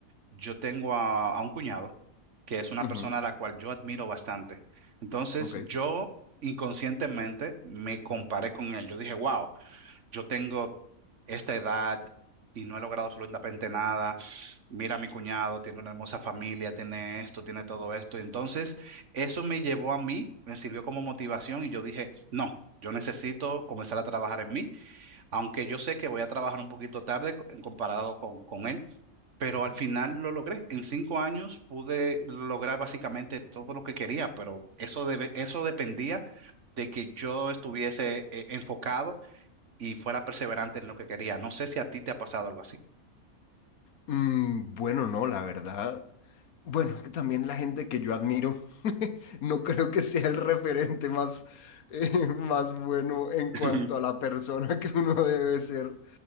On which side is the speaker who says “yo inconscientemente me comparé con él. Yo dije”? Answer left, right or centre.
Right